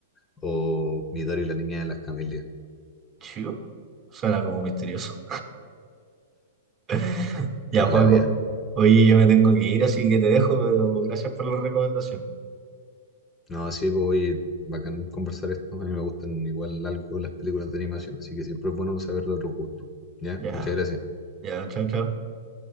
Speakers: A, on the left; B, on the right.
A: o Midori la niña de las camelias,
B: ¿Shoujo? Suena como misterioso. <laughs> Ya,
A: para que
B: Juaco.
A: la veas.
B: Oye, yo me tengo que ir, así que te dejo, pero gracias por la recomendación.
A: No, sí, pues oye, bacán conversar esto. A mí me gustan igual algo las películas de animación, así que siempre es bueno saber de otros gustos. ¿Ya?
B: Ya,
A: Muchas gracias.
B: ya, chao, chao.